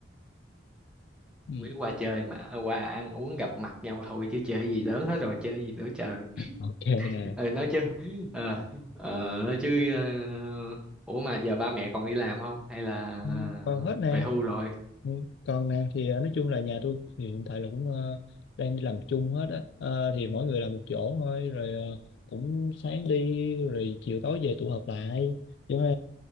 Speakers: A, on the left; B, in the centre.
A: ừ.
B: Quỷ qua chơi mà, ờ, qua ăn uống gặp mặt nhau thôi chứ chơi gì lớn hết rồi, chơi gì nữa trời.
A: ok nè
B: Ờ, nói chứ, ờ, ờ, nói chứ, ờ, ủa mà giờ ba mẹ còn đi làm không? Hay là ờ,
A: Ừ, còn hết nè
B: về hưu rồi?
A: ừ. còn nè thì ờ, nói chung là nhà tôi thì hiện tại là cũng ờ, đang đi làm chung hết á Ờ, thì mỗi người làm một chỗ thôi rồi ờ, cũng sáng đi rồi chiều tối về tụ họp lại chứ mà